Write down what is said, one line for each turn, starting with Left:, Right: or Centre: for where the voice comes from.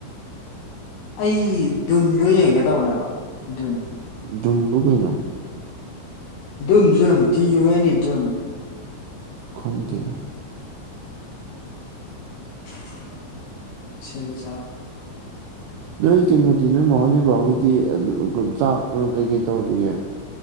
Left: ꯑꯩ ꯗꯨꯟꯗꯣ ꯌꯦꯡꯒꯦ ꯇꯧꯕꯅꯦꯕ ꯗꯨꯟ
Right: ꯨꯗꯨꯟꯕꯨ ꯀꯩꯅꯣ
Left: ꯗꯨꯟ ꯐꯤꯂꯝ ꯗꯤꯌꯨ ꯑꯦꯟ ꯏ ꯗꯨꯟ
Right: ꯈꯪꯗꯦꯗ
Left: <inaudible> <unintelligible>
Right: ꯅꯣꯏ ꯀꯩꯅꯣꯗꯤ ꯅꯣꯏ ꯃꯍꯣꯏ ꯅꯣꯢꯕꯥ ꯍꯣꯏꯗꯤ ꯆꯥꯛ ꯀꯩꯀꯩ ꯇꯧꯔꯤꯒꯦ